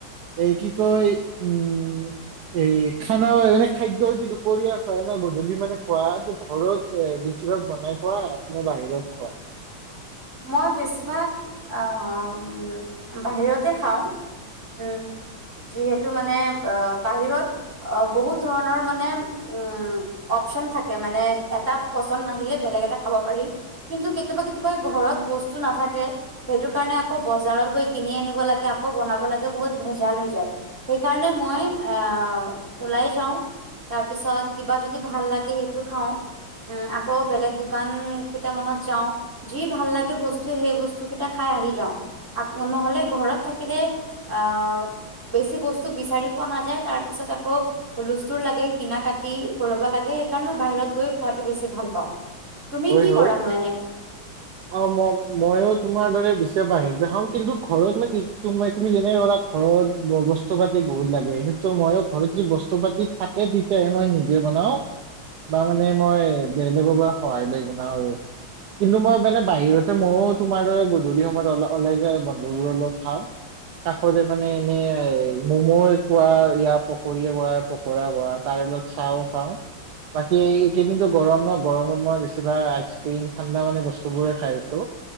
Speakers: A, on the right (about 60°); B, on the right (about 35°).
A: এ কি কয় উম, এ, খানা এনে খাদ্যৰ যিটো কৰি আছ গধূলি মানে খোৱা এইটো ঘৰত এ বেছিভাগ বনাই খোৱা নে বাহিৰত খোৱা?
B: ম বেছিভাগ উম, বাহিৰতে খাওঁ, উম, যিহেতু মানে বা বাহিৰত বহুত ধৰণৰ মানে উম, অপচন থাকে মানে এটা পচন্দ নাহিলে বেলেগ এটা খাব পাৰি। কিন্তু কেতিয়াবা, কেতিয়াবা ঘৰত বস্তু নাথাকে, সেইটো কাৰণে আকৌ বজাৰত গৈ কিনি আনিব লাগে, আকৌ বনাব লাগে বহুত ভেজাল হৈ যায়, সেইকাৰণে মই অ', ওলাই যাওঁ তাৰ পিছত কিবা যদি ভাল লাগে, সেইটো খাওঁ, উম, আকৌ বেলেগ দোকান কেইটামানত যাওঁ। জি ভাল লাগে বস্ তু সেই বস্তু কেইটা খাই আহি যাওঁ। আক' নহ'লে ঘৰত থাকিলে অ', বেছি বস্তু বিচাৰি পোৱা নাযায় তাৰ পিছত আকৌ হুলস্থুল লাগে কিনা কাটি কৰিব লাগে সেইকাৰণে মই বাহিৰত গৈ খোৱাটো বেছি ভাল পাওঁ। তুমি
A: হয়
B: কি
A: হয়
B: কৰানো এনে?
A: অ', ম, মইও তোমাৰ দৰে বেছিভাগ বাহিৰতে খাও, কিন্তু ঘৰত মান তুমি যেনেকে ধৰা ঘৰত বস্তু পাতি বহুত লাগে সেই ময়ো ঘৰত যদি বস্তু পাতি থাকে তেতিয়াহে মই নিজে বনাওঁ বা মানে মই বেলেগৰ পৰা সহায় লৈ বনাও আৰু, কিন্তু মই মানে বাহিৰতে মইয়ো তোমাৰ দৰে গধূলি সময়ত অল ওলাই যায় বন্ধবোৰৰ লগত খাওঁ, কাষতে মানে এনে মমো কোৱা য়া পকৰিয়ে কোৱা পকৰা কোৱা তাৰে লগত চাহো খাওঁ, বাকী এইকেইদিনো গৰম ন গৰমত মই বেছিভাগ আইচক্ৰীম ঠাণ্ডা মানে বস্তু চবৰে খাইছো